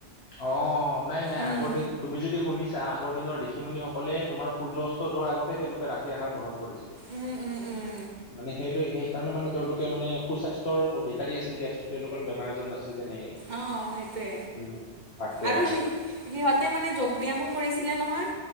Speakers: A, on the left; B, on the right.
A: অ', নাই নাই
B: উম
A: আগৰ দিন তুমি যদি শুনিছা আগৰ দিনৰ ঋষিমুনি সকলে তোমাৰ সূৰ্য অস্ত যোৱাৰ আগতে তেওঁলোকে ৰাতিৰ আহাৰ গ্ৰহণ কৰিছিল।
B: উম উম উম।
A: মানে সেইটো সেইকাৰণে মানে তেওঁলোকে মানে সু স্বাস্থ্যৰ অধিকাৰী আছিল দিয়াচোন তেওঁলোকৰ বেমাৰ আজাৰ নাছিল তেনেকে।
B: অ' সেইটোৱে,
A: উম, তাকে
B: আৰু সি সিহঁতে মানে যোগ ব্যায়াম কৰিছিলে নহয়